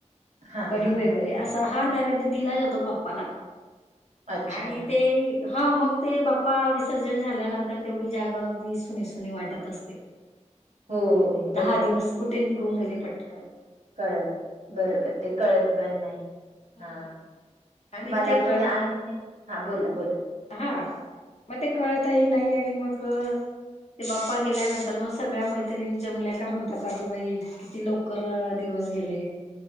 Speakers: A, on the right (about 75°); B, on the left (about 60°).
A: हा
B: कडी
A: हा
B: वगैरे
A: हा
B: असा हा नैवेद्य दिला जातो बाप्पाला
A: अच्छा
B: आणि ते ह मग ते बा्पा विसर्जन झाल्यानंतर तर तेवढी जागा अगदी सुनी सुनी वाटत असते
A: हो
B: अरे नाही
A: बरोबर
B: दहा दिवस कुठे निघून गेले पटकने
A: कळत बरोबर ते कळत पण नाही
B: हम्म
A: हा.
B: आणि
A: मला
B: ते कळत
A: पण आहे, हा बोला बोला.
B: हा म ते कळतही नाही आणि मग ते बाप्पा गेल्यानंतर मग सगळ्या मैत्रिणी जमल्या का म्हणतात अगं बाई किती लव कर दिवस गेले.